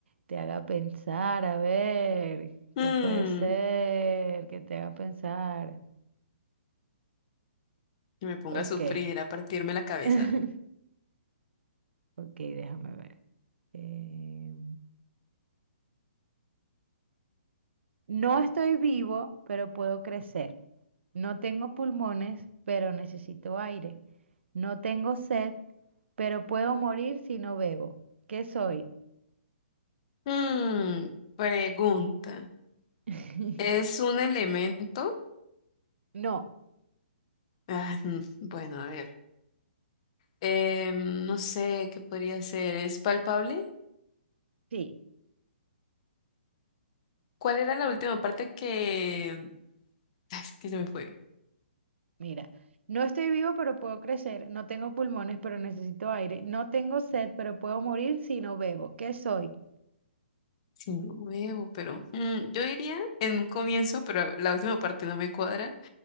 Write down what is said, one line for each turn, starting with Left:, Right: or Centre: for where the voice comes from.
Right: te haga pensar. A ver,
Left: Mm,
Right: ¿qué puede ser que te haga pensar?
Left: que me ponga
Right: Ok,
Left: a sufrir, a partirme la cabeza.
Right: <laughs> ok, déjame ver. Eh, no estoy vivo, pero puedo crecer. No tengo pulmones, pero necesito aire. No tengo sed, pero puedo morir si no bebo. ¿Qué soy?
Left: Mm, pregunta.
Right: <laughs>
Left: ¿Es un elemento?
Right: No,
Left: Ah, mm, bueno, a ver. Em, no sé qué podría ser. ¿Es palpable?
Right: sí.
Left: ¿Cuál era la última parte que... Ah, Es que se me fue.
Right: Mira, no estoy vivo, pero puedo crecer. No tengo pulmones, pero necesito aire. No tengo sed, pero puedo morir si no bebo. ¿Qué soy?
Left: Sí, no huevo, pero mm, yo diría en un comienzo, pero la última parte no me cuadra.